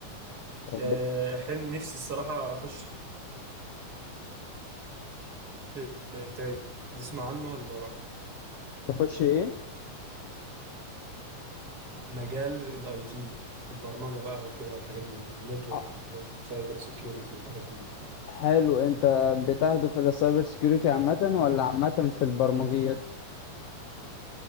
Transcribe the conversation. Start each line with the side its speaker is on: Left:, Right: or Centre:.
Left: او
Right: آه، حلم نفسي الصراحة أخش ت- تسمع عنه ولا لأ
Left: بتخش ايه
Right: مجال الأي تي البرمجة بقى وكده والحاجات من دي ونتورك
Left: آه،
Right: وحاجات من سايبر سيكيورتي وحاجات من دي
Left: حلو انت بتهدف الى سايبر سيكيورتي عامة ولا عامة في البرمجيات